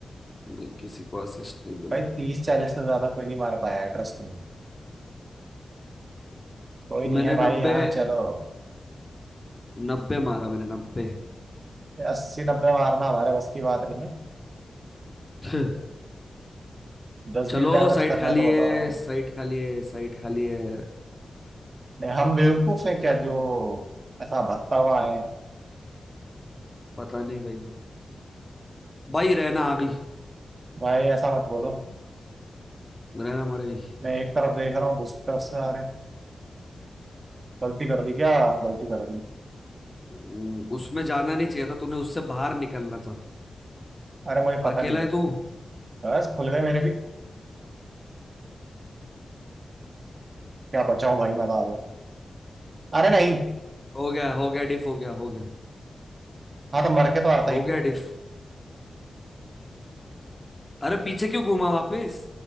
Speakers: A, on the left; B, on the right.
A: नहीं किसी को असिस्ट नहीं मिला
B: भाई
A: है
B: तीस चालीस से ज्यादा कोई नहीं मार पाया है ट्रस्ट में कोई नहीं
A: मैंने
B: है
A: नब्बे
B: भाई यहाँ चलो
A: नब्बे मारा मैंने नब्बे
B: अस्सी नब्बे मारना हमारे बस की बात नहीं है
A: <laughs>
B: दस
A: चलो
B: बीस डैमेज
A: साइट
B: करना
A: खाली
B: है तो
A: है
B: बताओ
A: साइट खाली है साइट खाली है
B: नहीं हम बेवकूफ हैं क्या जो ऐसा भटका हुआ है
A: पता नहीं भाई भाई रहना आ गई
B: भाई ऐसा मत बोलो
A: रहना मर गई
B: मैं एक तरफ देख रहा हूँ दूसरी तरफ से आ रहे हैं गलती कर दी क्या गलती कर दी
A: हम्म, उसमें जाना नहीं चाहिए था तूने उससे बाहर निकलना था
B: अरे मुझे पता
A: अकेला
B: नहीं था
A: है तू
B: बस खुल गए मेरे भी क्या बचाऊं भाई मजा आ गया अरे नहीं
A: हो गया हो गया डिफ हो गया हो गया
B: हाँ तो मर के तो आता
A: हो
B: ही हूँ
A: गया डिफ अरे पीछे क्यों घूमा वापस